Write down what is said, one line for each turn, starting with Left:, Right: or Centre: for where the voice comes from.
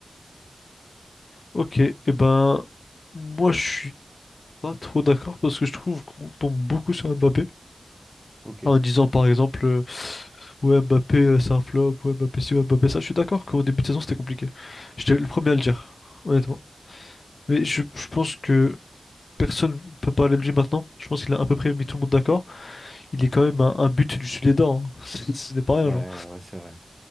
Left: Ok, et ben, moi je suis pas trop d'accord parce que je trouve qu'on tombe beaucoup sur Mbappé
Centre: Ok.
Left: en disant par exemple, euh, ouais, Mbappé euh, c'est un flop, ouais, Mbappé ci, ouais, Mbappé ça. Je suis d'accord qu'au début de saison c'était compliqué. J'étais le premier à le dire, honnêtement. Mais je, je pense que personne peut parler de lui maintenant. Je pense qu'il a à peu près mis tout le monde d'accord. Il est quand même un, un but du Sud-Lédard. hein. <laughs> C'est- Ce n'est pas rien,
Centre: Ouais,
Left: genre.
Centre: ouais, c'est vrai.